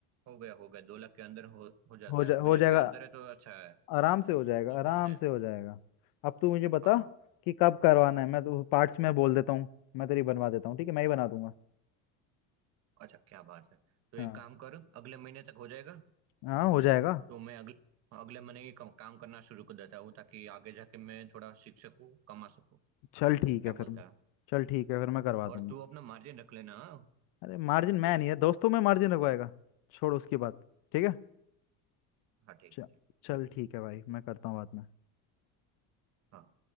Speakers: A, on the right; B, on the left.
A: हो गया हो गया दो लाख के अंदर हो हो जाता
B: हो जा
A: है
B: हो
A: बजट
B: जाएगा
A: के अंदर है तो अच्छा है
B: आराम से
A: हाँ
B: हो जाएगा
A: बिल्कुल
B: आराम
A: हो जाएगा
B: से हो जाएगा अब तू मुझे बता
A: हाँ
B: कि कब करवाना है मैं तो पार्ट्स में बोल देता हूँ मैं तेरी बनवा देता हूँ ठीक है मैं ही बना दूंगा
A: अच्छा क्या बात है तो एक
B: हाँ
A: काम कर अगले महीने तक हो जाएगा
B: हाँ हो जाएगा
A: तो मैं अगले अगले महीने ही काम काम करना शुरू कर देता हूँ ताकि आगे जाके मैं थोड़ा सीख सकूँ कमा सकूँ
B: चल ठीक
A: क्या
B: है
A: बोलता
B: फिर
A: है
B: चल ठीक है फिर मैं करवा दूंगा
A: और तू अपना मार्जिन रख लेना हाँ
B: अरे मार्जिन मैं नहीं है दोस्तों में मार्जिन रखवाएगा छोड़ उसकी बात ठीक है
A: हाँ, ठीक
B: च-
A: है चल
B: चल ठीक है भाई मैं करता हूँ बात में
A: हाँ